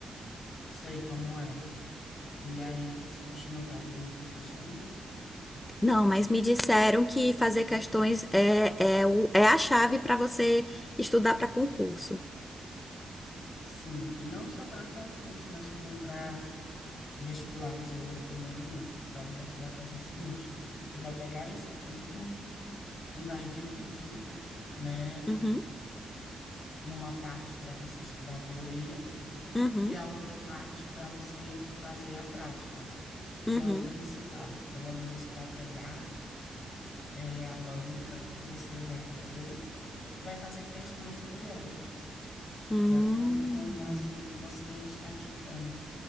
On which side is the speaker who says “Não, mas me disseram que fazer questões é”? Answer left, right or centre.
Left